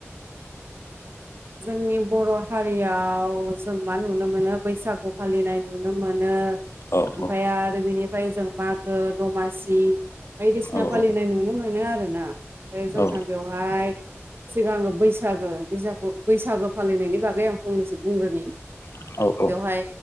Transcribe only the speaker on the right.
जोंनि बर' हारियाव जों मा नुनो मोनो बैसागु फालिनाय नुनो मोनो।
ओमफ्राय आरो बेनिफ्राय जों मागो दमासि बायदिसिना
फालिनाय नुनो मोनो आरो ना, बे जोंहा
बेव बाय सिगां बैसागो बैसागु बैसागो फालिनायनि बागै आं फंनैसो बुंग्रोनि,
बेवहाय